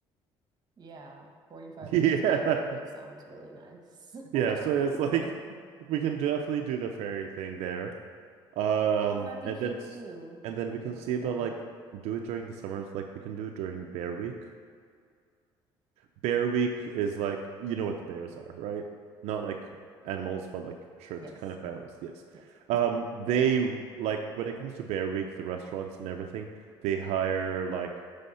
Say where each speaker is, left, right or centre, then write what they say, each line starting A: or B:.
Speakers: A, on the right (about 40°); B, on the right (about 75°).
A: Yeah, 45
B: <laughs> Yeah.
A: minutes by ferry sounds really nice.
B: Yeah, so
A: <laughs>
B: it's like we can definitely do the ferry thing there. Um,
A: Oh, and that'd be
B: and
A: cute
B: then s-
A: too,
B: and then
A: being
B: we can
A: on
B: see
A: the ferry.
B: about like do it during the summers, like we can do it during Bear Week. Bear Week is like you know what the bears are, right? Not like animals, but like shirts
A: Yes.
B: kind of animals. Yes.
A: Yes.
B: Um, they like when it comes to Bear Week, the restaurants and everything, they hire like